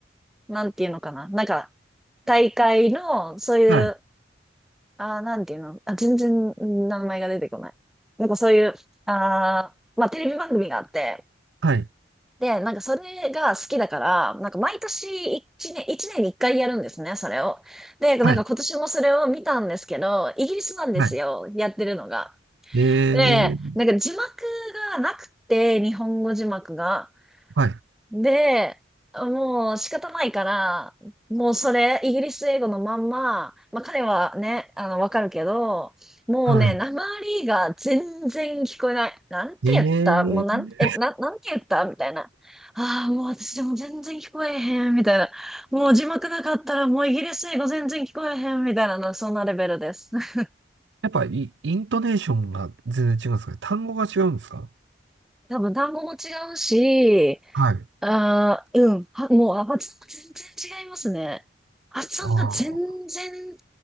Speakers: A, in the centre; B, on the right.
A: なんていうのかな。なんか、大会の、そういう、
B: はい。
A: あー、なんていうの。あ、全然名前が出てこない。なんかそういう、あー、まあ、テレビ番組があって、
B: はい。
A: で、なんかそれが好きだから、なんか毎年一年、一年に一回やるんですね、それを。で、なんか今年もそれを見たんですけど、
B: はい。
A: イギリスなんですよ、
B: は
A: やってるのが。
B: いえー。
A: で、なんか字幕がなくて、日本語字幕が。
B: はい。
A: で、もう仕方ないから、もうそれ、イギリス英語のまんま、まあ彼はね、あの、わかるけど、もうね、
B: は
A: 訛りが全然聞こえない。なんて言ったもうなん、
B: い。えー。
A: え、な、なんて言ったみたいな。ああ、もう私でも全然聞こえへん、みたいな。もう字幕なかったらもうイギリス英語全然聞こえへん、みたいなの、そんなレベルです。<laughs>
B: やっぱイ、イントネーションが全然違うんですかね。単語が違うんですか
A: 多分単語も違うし、
B: はい。
A: ああ、うん。は、もう、あ、発音が全然違いますね。発音が全然違
B: ああ。